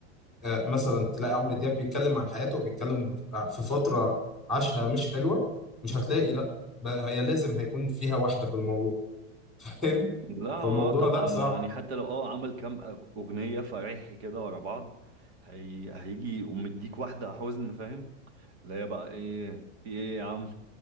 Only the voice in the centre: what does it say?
آه، مثلا تلاقي عمرو دياب بيتكلم عن حياته وبيتكلم في فترة عاشها مش حلوة مش هتلاقي لا بقى هي لازم هيكون فيها واحدة في الموضوع <laughs> فاهم
فالموضوع
لا صعب